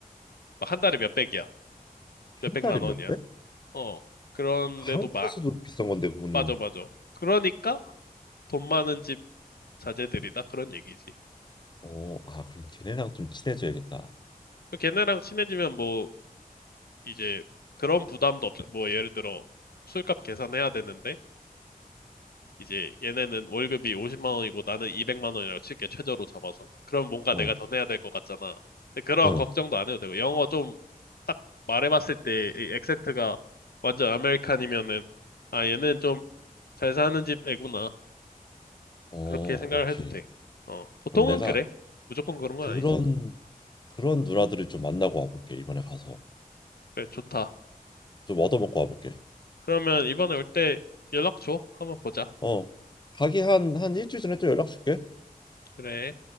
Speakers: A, on the left (about 85°); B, on the left (about 30°).
A: 막 한 달에 몇백이야. 몇백만
B: 한 달에 몇
A: 원이야.
B: 배?
A: 어. 그런데도
B: 그 한국에서도
A: 마,
B: 비싼 건데 그거는
A: 맞아, 맞아. 그러니까 돈 많은 집 자제들이다. 그런 얘기지.
B: 어, 아, 그럼 걔네랑 좀 친해져야겠다.
A: 걔네랑 친해지면 뭐, 이제 그런 부담도 없어. 뭐, 예를 들어, 술값 계산해야 되는데, 이제 얘네는 월급이 50만 원이고 나는 200만 원이라고 칠게 최저로 잡아서. 그럼 뭔가
B: 어,
A: 내가 더 내야 될 것 같잖아. 근데 그런
B: 어,
A: 걱정도 안 해도 되고 영어 좀 딱 말해봤을 때이 액센트가 완전 아메리칸이면은 아 얘는 좀 잘 사는 집 애구나
B: 어,
A: 그렇게 생각을
B: 오케이.
A: 해도 돼. 어 보통은
B: 그럼 내가
A: 그래. 무조건 그런 건
B: 그런
A: 아니지만
B: 그런 누나들을 좀 만나고 와볼게. 이번에 가서
A: 그래 좋다.
B: 좀 얻어먹고 와볼게.
A: 그러면 이번에 올 때 연락 줘. 한번 보자.
B: 어, 가기 한 한 일주일 전에 또 연락 줄게.
A: 그래.